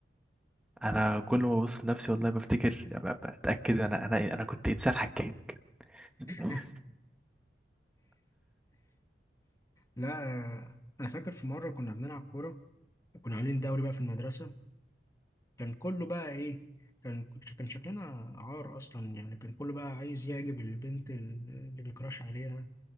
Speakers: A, in the centre; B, on the left.
A: انا كل ما ببص لنفسي والله بفتكر يعني ب- بتاكد انا انا انا كنت انسان حكيم <laughs>
B: <laughs> لا انا فاكر في مره كنا بنلعب كوره كنا عاملين دوري بقى في المدرسه كان كله بقى ايه كان كان شكلنا عار اصلا يعني كان كله بقى عايز يعجب البنت اللي بيكراش عليها